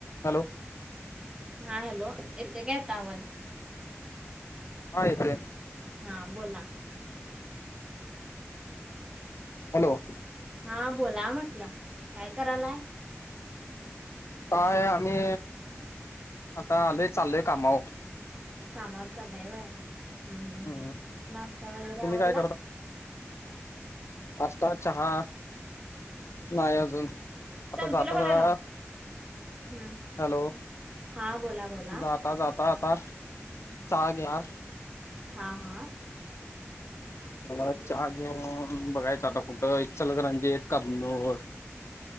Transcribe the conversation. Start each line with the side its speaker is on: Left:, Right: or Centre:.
Left: हॅलो.
Right: हा हॅलो येतोय काय आता आवाज.
Left: हा येतोय.
Right: हा बोला.
Left: हॅलो.
Right: हा बोला म्हटलं, काय करालाय.
Left: काय आम्ही आता आलोय, चालोय कामाला.
Right: कामावर चालाय व्हयं, हम हम
Left: हम्म
Right: नाश्ता वगैरे
Left: तुम्ही
Right: आवरला.
Left: काय नाश्ता चहा. नाही अजून, आता
Right: संपीला
Left: जाता
Right: बोलायला
Left: जरा
Right: लाव हम्म
Left: हॅलो.
Right: हा बोला. बोला
Left: जाता जाता आता चाहा घ्या.
Right: हा हा.
Left: मला चहा घेऊन बघायचं आता, कुठं इचलकरंजीत कबनूर.